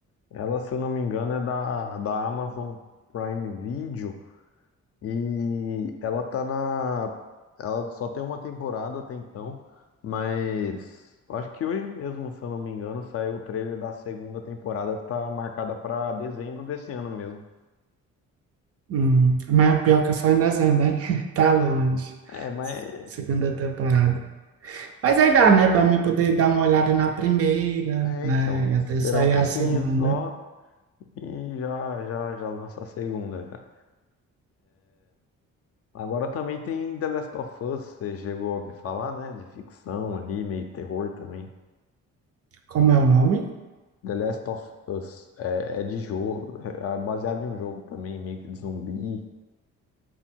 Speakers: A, on the left; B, on the right.
A: Ela, se eu não me engano, é da, da Amazon Prime Video. E ela tá na. Ela só tem uma temporada até então. Mas eu acho que hoje mesmo, se eu não me engano, saiu o trailer da segunda temporada que tá marcada pra dezembro desse ano mesmo.
B: hum, mas o pior é que é só em dezembro, hein? <laughs> Tá longe.
A: É, mas
B: Segunda temporada. Mas aí dá, né, para mim poder dar uma olhada na primeira,
A: É,
B: né,
A: então,
B: e até
A: esperar
B: sair
A: um pouquinho
B: a segunda.
A: só e já, já, já lança a segunda já. Agora também tem The Last of Us, você chegou a ouvir falar, né? De ficção ali, meio terror também.
B: Como é o nome?
A: The Last of Us é, é de jogo, é baseado em um jogo também, meio que de zumbi.